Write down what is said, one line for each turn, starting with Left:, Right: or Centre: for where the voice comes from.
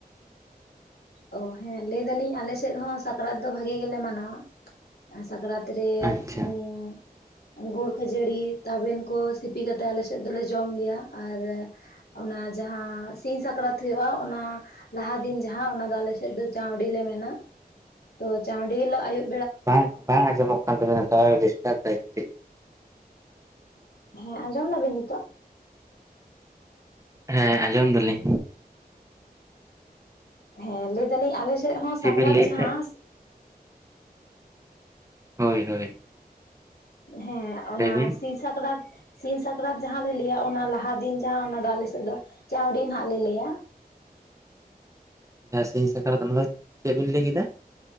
Left: ᱚ ᱦᱮᱸ ᱞᱟᱹᱭ ᱫᱟᱞᱤᱧ ᱟᱞᱮᱥᱮᱫ ᱦᱚᱸ ᱥᱟᱠᱨᱟᱛ ᱫᱚ ᱵᱷᱟᱜᱤ ᱜᱮᱞᱮ ᱢᱟᱱᱟᱣᱟ᱾ ᱥᱟᱠᱨᱟᱛ ᱨᱮ
Right: ᱟᱪᱪᱷᱟ
Left: ᱩᱸ ᱜᱩᱲ ᱠᱷᱟᱹᱡᱟᱹᱲᱤ ᱛᱟᱵᱮᱱ ᱠᱚ ᱥᱤᱯᱤ ᱠᱟᱛᱮᱜ ᱟᱞᱮ ᱥᱮᱫ ᱫᱚᱞᱮ ᱡᱚᱢ ᱜᱮᱭᱟ ᱟᱨ ᱚᱱᱟ ᱡᱟᱸᱦᱟᱸ ᱥᱤᱧ ᱥᱟᱠᱨᱟᱛ ᱦᱩᱭᱩᱜᱜᱼᱟ, ᱚᱱᱟ ᱞᱟᱦᱟ ᱫᱤᱱ ᱡᱟᱸᱦᱟ ᱚᱱᱟ ᱟᱞᱮ ᱥᱮᱫ ᱫᱚ ᱪᱟᱶᱰᱤ ᱞᱮ ᱢᱮᱱᱟ ᱛᱚ, ᱪᱟᱶᱰᱤ ᱦᱤᱞᱳᱜ ᱟᱭᱩᱵ
Right: ᱵᱟᱝ ᱵᱟᱝ ᱟᱸᱡᱚᱢᱚᱜ ᱠᱟᱱ ᱛᱟᱵᱤᱱᱟ ᱴᱟᱣᱟᱨ ᱰᱤᱥᱴᱟᱵᱽ ᱫᱟᱭ ᱠᱟᱹᱴᱤᱡ᱾
Left: ᱦᱮᱸ ᱟᱸᱡᱚᱢ ᱮᱫᱟᱵᱤᱱ ᱱᱤᱛᱚᱜ᱾
Right: ᱦᱮᱸ ᱟᱸᱡᱚᱢ ᱫᱟᱞᱤᱧ
Left: ᱦᱮᱸ ᱞᱟᱹᱭ ᱫᱟᱞᱤᱧ ᱟᱞᱮ ᱥᱮᱫ ᱦᱚᱸ
Right: ᱪᱮᱫ
Left: ᱥᱟᱠᱨᱟᱛ
Right: ᱵᱤᱱ ᱞᱟᱹᱭᱮᱫ
Left: ᱡᱟᱸᱦᱟᱸ
Right: ᱛᱟᱦᱮᱸᱫ ᱦᱳᱭ ᱦᱳᱭ
Left: ᱦᱮᱸ ᱚᱱᱟ
Right: ᱞᱟᱹᱭ ᱵᱤᱱ
Left: ᱥᱤᱧ ᱥᱟᱠᱨᱟᱛ ᱥᱤᱧ ᱥᱟᱠᱨᱟᱛ ᱡᱟᱸᱦᱟᱸ ᱞᱮ ᱞᱟᱹᱭᱟ ᱚᱱᱟ ᱞᱟᱦᱟ ᱫᱤᱱ ᱡᱟᱦᱟᱸ ᱚᱱᱟ ᱫᱚ ᱟᱞᱮ ᱥᱮᱫ ᱫᱚ ᱪᱟᱶᱰᱤ ᱱᱷᱟᱜ ᱞᱮ ᱞᱟᱹᱭᱟ᱾
Right: ᱡᱟᱸᱦᱟᱸᱭ ᱥᱤᱧ ᱥᱟᱠᱨᱟᱛ ᱚᱱᱟ ᱫᱚ ᱪᱮᱫ ᱵᱤᱱ ᱞᱟᱹᱭ ᱠᱮᱫᱟ᱾